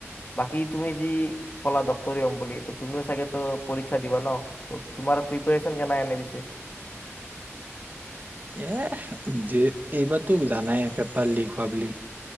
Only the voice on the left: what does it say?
বাকী তুমি যি কলা ডক্তৰী হম বুলি ত তুমিও চাগেো পৰীক্ষা দিবা ন? তোমাৰ প্ৰিপেৰিয়েচন কেনে <unintelligible>